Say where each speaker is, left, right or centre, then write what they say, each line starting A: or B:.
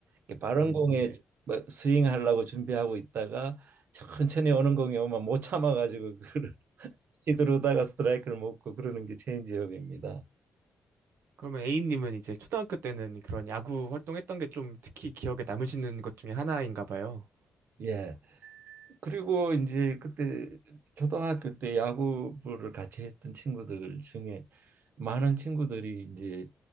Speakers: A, on the right; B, on the right.
A: 이렇게 빠른
B: <laughs> 음,
A: 공에
B: 네.
A: 막 스윙하려고 준비하고 있다가 천천히 오는 공이 오면 못 참아가지고 그걸 <laughs> 휘두르다가 스트라이크를 먹고 그러는 게 체인지업입니다.
B: 그러면 A님은 이제 초등학교 때는 그런 야구 활동했던 게 좀 특히 기억에 남으시는 것 중에 하나인가 봐요.
A: 예. 그리고 이제 그때 초등학교 때 야구부를 같이 했던 친구들 중에 많은 친구들이 이제